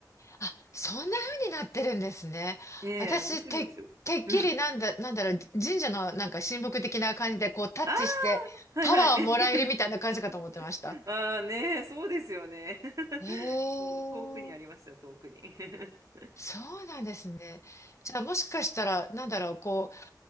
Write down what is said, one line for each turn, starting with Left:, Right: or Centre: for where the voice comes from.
Left: あ、そんな風になってるんですね。
Right: ねえ、
Left: 私、
Right: 面白いですよ。
Left: て、てっきりなんだ、
Right: うん。
Left: なんだろう、神社のなんか神木的な感じでこうタッチしてパワーをもらえるみたいな感じかと思ってました。
Right: ああ、はいはい。<laughs> ああねえ、そうですよね。<laughs>
Left: ええ
Right: そう、遠くにありました、遠くに。<laughs>
Left: そうなんですね。じゃあもしかしたら、なんだろう、こう、